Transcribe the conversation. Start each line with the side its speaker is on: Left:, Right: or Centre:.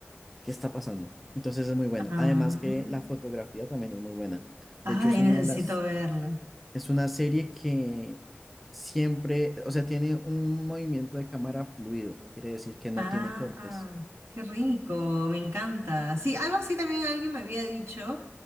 Centre: qué está pasando. Entonces es muy buena.
Right: ah.
Centre: Además que la fotografía también es muy buena.
Right: Ay,
Centre: De hecho, es una
Right: necesito
Centre: de las,
Right: verla.
Centre: es una serie que siempre, o sea, tiene un movimiento de cámara fluido. Quiere decir que no
Right: Ah,
Centre: tiene cortes.
Right: ah. qué rico, me encanta. Sí, algo así también alguien me había dicho